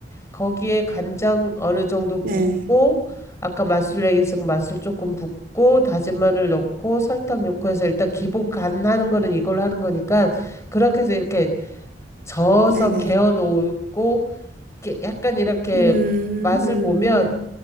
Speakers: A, on the left; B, on the right.
A: 거기에 간장 어느 정도
B: 네,
A: 붓고 아까 맛술 얘기했으니까 맛술 조금 붓고 다진 마늘 넣고 설탕 넣고 해서 일단 기본 간 하는 거는 이걸로 하는 거니까 그렇게 해서 이렇게 저어서
B: 네네.
A: 개어 놓고 이렇게 약간 이렇게
B: 음,
A: 맛을 보면
B: 음.